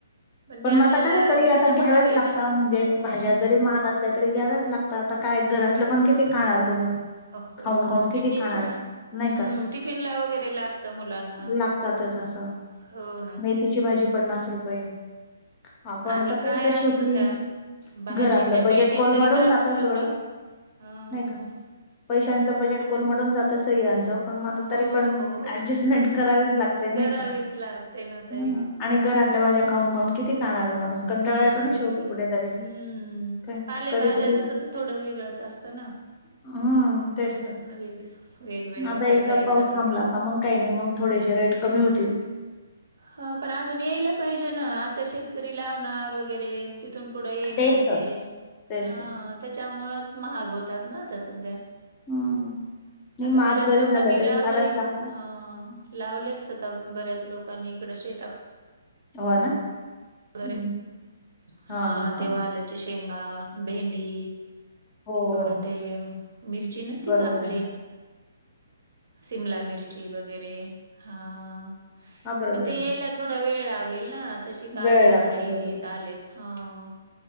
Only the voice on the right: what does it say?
ते आपल्याला
घेणं
भाग
आहे
ना.
हं.
टिफ
हो
ना
टिफिन
ला हम्म
टिफिन ला वगैरे लागतं मुलांना
हो ना
आणि
असतं त्या भाजीच्या
पेंडीत
तरी काय
असतं एवढी?
हं.
हो
ना.
हो,
हो.
करावीच
लागते ना ताई.
नाही
हम्म
पालेभाज्याच
कसं थोडं वेगळंच असतं ना
वेग वेगवेगळ्या
करता येतात
आपल्या
हा पण अजून यायला पाहिजे ना आता शेतकरी लावणार वगैरे तिथून पुढे येणार
ते
हा
त्याच्यामुळेच महाग होतात ना आता सध्या
आता
बऱ्याच
लोकांनी
लावलंय
ह लावलेच आता बऱ्याच लोकांनी इकडं शेताकडे
रे
हा
तेव्हा आलंच <unintelligible> शेंगा भेंडी
थोडं
ते मिरची नसती
का आपली?
सिमला मिरची वगैरे हां.
पण ते
यायला थोडा वेळ लागेल ना, तशी का
आलेत
थोडे येत
येत आलेत हां.